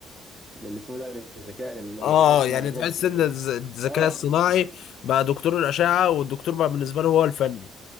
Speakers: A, on the right; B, on the left.
A: لل اسمه ده للذكاء للذكاء
B: اه
A: الاصطناعي
B: يعني
A: للروبوت
B: تحس
A: يعني
B: ان الز- الذكاء
A: اه
B: الصناعي
A: اه
B: بقى دكتور الاشعه والدكتور بقى بالنسبه له هو الفني